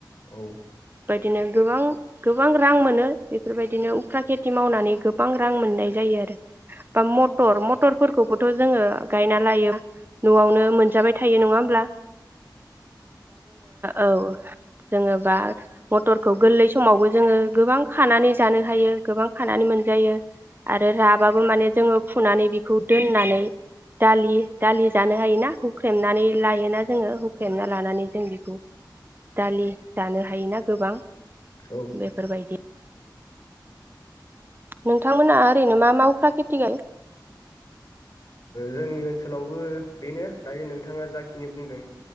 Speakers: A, on the left (about 50°); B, on the right (about 30°).
A: औ
B: बिदिनो गोबां गोबां रां मोनो बेफोरबायदि बिदिनो उफ्रा खेथि मावनानै गोबां रां मोननाय जायो आरो बा मटर मटर फोरखौबोथ जोङो गायना लायो न'आवनो मोनजाबाय थायो नङा होमब्ला औ जोङोबा मथरखौ गोरलै समावबो जोङो गोबां खानानै जानो हायो गोबां खानानै मोनजायो आरो राबाबो माने जोङो फुनानै बेखौ दोननानै दालि दालि जानो हायोना हुख्रेमनानै लायोना जोङो हुख्रेमना लानानै जों बेखौ <inaudible> दालि जानो हायोना गोबां
A: नांला
B: बेफोरबायदि नोंथांमोनहा ओरैनो मा मावाफ्रा खेथि गायो
A: जोंनि ओनसोलावबो बेनो दायो नोंथाङा जाखिनि बुंदों